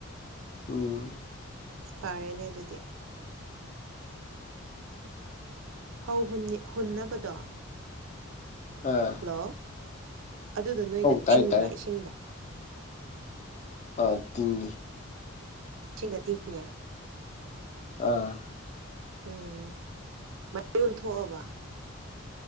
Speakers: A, on the left; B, on the right.
A: ꯎꯝ
B: ꯐꯔꯦꯅꯦ ꯑꯗꯨꯗꯤ ꯐꯧ ꯍꯨꯟꯅꯕꯗꯣ
A: ꯑꯣ
B: ꯍꯂꯣ ꯑꯗꯨꯗ ꯅꯣꯏꯗꯣ
A: ꯇꯥꯏ
B: ꯇꯤꯡꯕ꯭ꯔꯥ
A: ꯇꯥꯏ
B: ꯏꯁꯤꯡꯗ
A: ꯑꯥ ꯇꯤꯡ
B: ꯁꯤꯡꯅ ꯇꯤꯡꯉꯦ
A: ꯑꯥ
B: ꯎꯝ ꯃꯩ ꯑꯣꯟꯊꯣꯛꯑꯕ